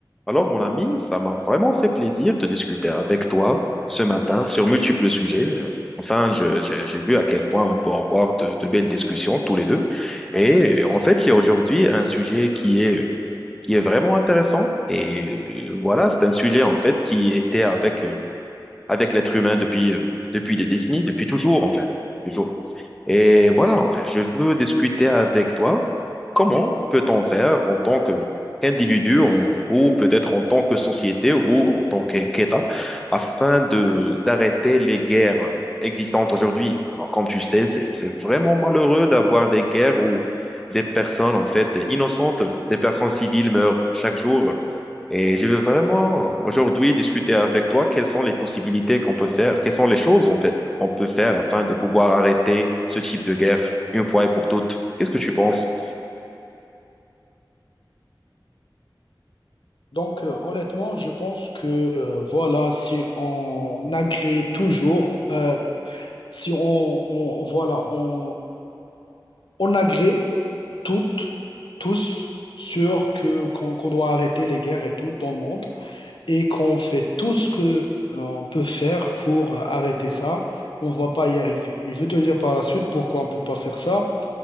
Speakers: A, in the centre; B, on the left.
A: Alors, mon ami, ça m'a vraiment fait plaisir de discuter avec toi ce matin sur multiples sujets. Euh, Enfin, je- j'ai j'ai vu à quel point on peut avoir de, de belles discussions tous les deux. Et euh, en fait, il y a aujourd'hui un sujet qui est, qui est vraiment intéressant. Et euh, voilà, c'est un sujet en fait qui était avec, euh, avec l'être humain depuis, euh, depuis des décennies, depuis toujours en fait, toujours. Et voilà, en fait, je veux discuter avec toi comment peut-on faire en tant que qu'individu en- ou peut-être en tant que société ou en tant que- qu'État afin de d'arrêter les guerres existantes aujourd'hui? Alors, comme tu sais, c'est c'est vraiment malheureux d'avoir des guerres où des personnes en fait innocentes, des personnes civiles meurent chaque jour. Et je veux vraiment aujourd'hui discuter avec toi quelles sont les possibilités qu'on peut faire, quelles sont les choses en fait qu'on peut faire afin de pouvoir arrêter ce type de guerre une fois et pour toutes. Qu'est-ce que tu penses?
B: Donc, euh, honnêtement, je pense que euh, voilà, si on agrée toujours, euh, si on, on- voilà, on, on agrée toutes, tous sur que qu'on qu'on doit arrêter les guerres et tout dans le monde et qu'on fait tout ce que l'on peut faire pour euh, arrêter ça, on ne va pas y arriver. Et je vais te dire par la suite pourquoi on ne peut pas faire ça.